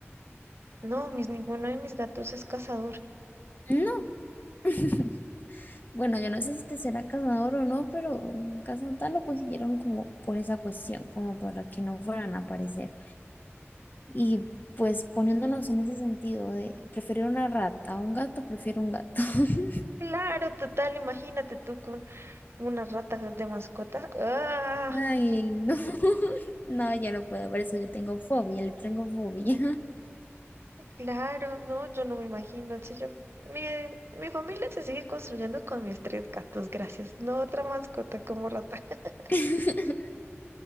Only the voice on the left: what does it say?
No, <laughs> bueno, yo no sé si te será cazador o no, pero mm, cazador lo consiguieron como por esa cuestión, como para que no fueran a aparecer. Y pues poniéndonos en ese sentido de preferir una rata a un gato, prefiero un gato. <laughs>
Ay, no, <laughs> no, ya no puedo ver eso, yo tengo fobia, le tengo fobia.
<laughs>